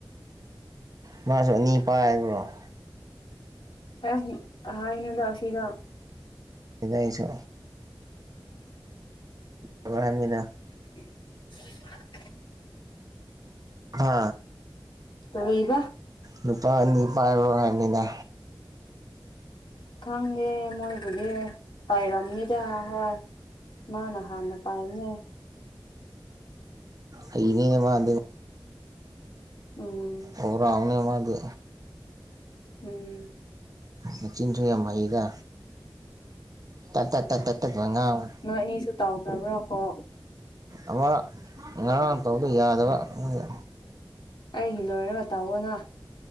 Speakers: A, on the right; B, on the left.
A: ꯃꯥꯁꯨ ꯑꯅꯤ ꯄꯥꯏꯕ꯭ꯔꯣ
B: ꯄꯥꯏꯔꯝꯅꯤ ꯑꯥ ꯍꯥꯏꯌꯦꯒ ꯑꯁꯤꯒ
A: ꯑꯩ ꯁꯨ ꯍꯥꯏꯕꯅꯤꯗ
B: <inaudible>
A: ꯍꯥ
B: ꯀꯔꯤꯕ
A: ꯅꯨꯄꯥ ꯑꯅꯤ ꯄꯥꯏꯕ꯭ꯔꯣ ꯍꯥꯏꯕꯅꯤꯗ
B: ꯈꯪꯗꯦ ꯃꯣꯏꯕꯨꯗꯤ ꯄꯥꯏꯔꯝꯅꯤꯗ ꯍꯣꯏ ꯃꯥꯅ ꯍꯥꯟꯅ ꯄꯥꯏꯕꯅꯦ
A: ꯍꯩꯅꯦ ꯃꯥꯗꯤ
B: ꯎꯝ
A: ꯑꯣꯜ ꯔꯥꯎꯟꯅꯦ ꯃꯥꯗꯤ
B: ꯎꯝ
A: ꯃꯆꯤꯟꯁꯨ ꯌꯥꯝ ꯍꯩꯗ ꯇꯠ ꯇꯠ ꯇꯠ ꯇꯠ ꯇꯠ ꯉꯥꯡꯕ
B: ꯅꯣꯏ ꯑꯅꯤꯁꯨ ꯇꯧꯈ꯭ꯔꯕ꯭ꯔꯥ ꯀꯣ
A: ꯑꯃ ꯉꯔꯥꯡ ꯇꯧꯗ ꯌꯥꯗꯕ ꯑꯗꯨꯒꯤ
B: ꯑꯩꯒꯤ ꯂꯣꯏꯔꯒ ꯇꯧꯑꯣꯅ